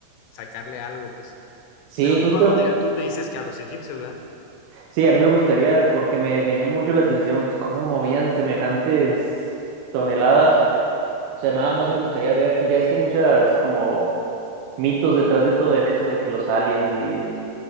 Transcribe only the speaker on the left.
sacarle algo, pues.
Pero
tú, ¿a dónde? Tú me dices que a los egipcios, ¿verdad?